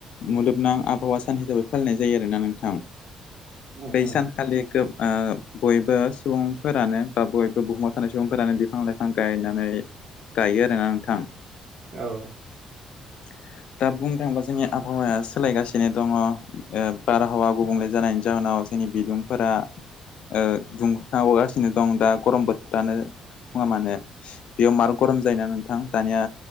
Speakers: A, on the left (about 55°); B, on the right (about 50°).
A: मुलुगनां आबहावा सान हिसाबै फालिनाय जायो आरोना नोंथां
B: उम
A: बै
B: उम
A: सान खालि गोब ओ बयबो सुबुंफोरानो बा बयबो बुहुमाव थानाय सुबुंफोरानो बिफां लाइफां गायनानै गायो आरोना नोंथां।
B: औ।
A: <inaudible> दा बुंनो थाङोबा जोंनि आबहावाया सोलायगासिनो दङ ओ बारहावा गुबुंले जानायनि जाहोनाव जोंनि बिदुंफोरा ओ दुंखावगासिनो दं दा गरम बोथोरानो बुङा मानोे। बेयाव मार गरम जायोना नोंथां दानिया